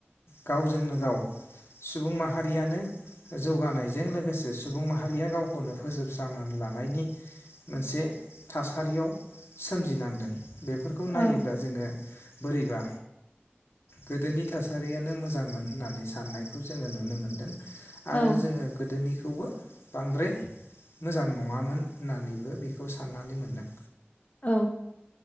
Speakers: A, on the left; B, on the left.
A: गावजोंनो गाव सुबुं माहारियानो जौगानायजों लोगोसे सुबुं माहारिया गावखौनो फोजोबस्रांना लानायनि मोनसे थासारियाव सोमजिनांदों बेफोरखौ
B: औ
A: नायोब्ला जोङो बोरैबा गोदोनि थासारियानो मोजांमोन होननानै साननायखौ जोङो नुनो मोन्दों आरो
B: औ
A: जोङो गोदोनि बे खौबो बांद्राय मोजां नङामोन होननानैबो बेखौ साननानै मोनदों
B: औ